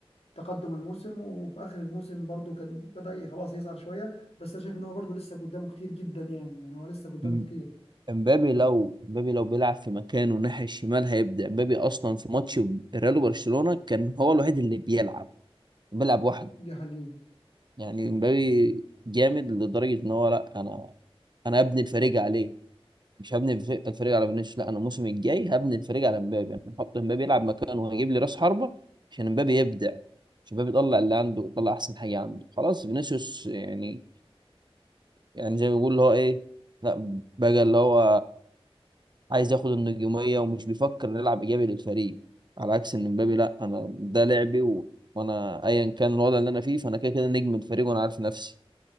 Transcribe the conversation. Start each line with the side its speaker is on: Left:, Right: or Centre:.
Left: تقدم الموسم وفي اخر الموسم برضو كان بدأ ي- خلاص يظهر شويه بس انا شايف ان هو برضو لسه قدامه كتير جدا يعني يعني هو لسه قدامه
Right: م-
Left: كتير
Right: امبابي لو امبابي لو بيلعب في مكانه ناحية الشمال هيبدع امبابي اصلا في ماتش ريال وبرشلونة كان هو الوحيد اللي بيلعب بيلعب وحده
Left: دي حقيقه
Right: يعني امبابي جامد لدرجة ان هو لا انا انا ابني الفريق عليه مش هبني الف- الفريق على فينيسيوس لا انا الموسم الجاي هبني الفريق على امبابي انا هحط امبابي يلعب مكانه وهجيب لي راس حربة عشان امبابي يبدع عشان امبابي يطلع اللي عنده ويطلع احسن حاجة عنده خلاص فينيسيوس يعني يعني زي ما بيقول اللي هو ايه لا بقى اللي هو عايز ياخد النجومية ومش بيفكر نلعب إيجابي للفريق على عكس إن مبابي لأ أنا ده لعبي و... وأنا أيا كان الوضع اللي أنا فيه فأنا كده كده نجم الفريق وأنا عارف نفسي